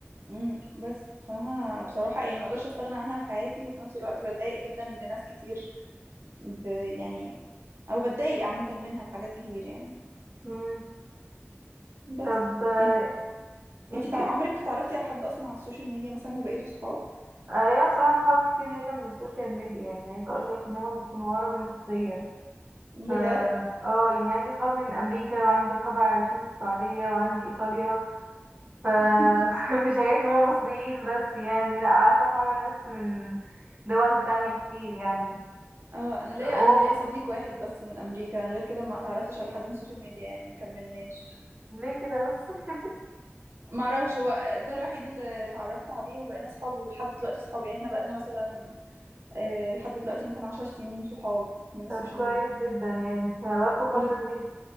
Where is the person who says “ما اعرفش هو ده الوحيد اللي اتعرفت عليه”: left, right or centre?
Right